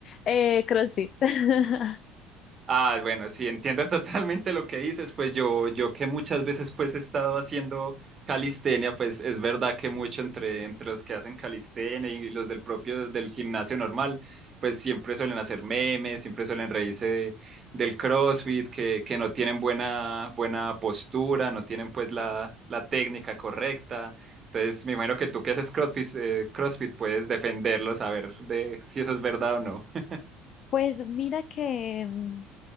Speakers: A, on the left; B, on the right.
A: Eh, CrossFit. <laughs>
B: Ah, bueno, sí, entiendo <laughs> totalmente lo que dices, pues yo, yo que muchas veces pues he estado haciendo calistenia, pues es verdad que mucho entre, entre los que hacen calistenia y los del propio del gimnasio normal, pues siempre suelen hacer memes, siempre suelen reírse de- del CrossFit, que, que no tienen buena, buena postura, no tienen pues la, la técnica correcta. Entonces, me imagino que tú que haces CrossFit, eh, CrossFit puedes defenderlo, saber de si eso es verdad o no. <laughs>
A: Pues mira que mm,